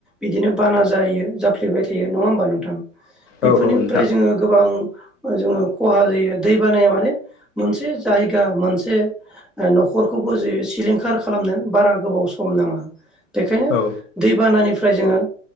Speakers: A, in the centre; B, on the left.
A: बिदिनो बाना जायो जाफ्लेबाय थायो नङा होमबा नोंथां बेफोरनिफ्राय
B: औ औ नोंथां
A: जोङो गोबां जोङो खहा जायो दै बानाया माने मोनसे जायगा मोनसे न'खरखौबो जे सिलिंखार खालामनो बारा गोबाव सम। नाङा। बेखायनो
B: औ
A: दैबानानिफ्राय जोङो